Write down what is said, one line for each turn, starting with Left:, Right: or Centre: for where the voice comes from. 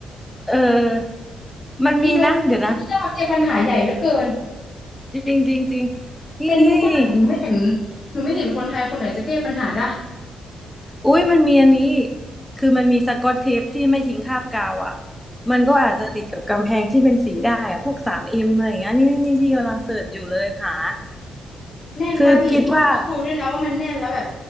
Centre: เออมันมีนะเดี๋ยวนะ
Left: อีโนมิยาบเนี่ยปัญหาใหญ่เหลือเกิน
Centre: จริงจริงจริงนี่นี่นี่
Left: เป็นทุกบ้านอะหนูไม่เห็นหนูไม่เห็นคนไทยคนไหนจะแก้ปัญหาได้
Centre: อุ้ยมันมีอันนี้ คือมันมีสกอตเทปที่ไม่ทิ้งคราบกาวอ่ะ มันก็อาจจะติดกับกำแพงที่เป็นสีได้อะพวกสามเอ็มอะไรอย่างเงี้ยนี่นี่นี่ที่กำลังเสิร์ชอยู่เลยหา
Left: <laughs> แน่นป่ะพี่ต้องต้องดูด้วยนะว่ามันแน่นแล้วแบบ
Centre: คือคิดว่า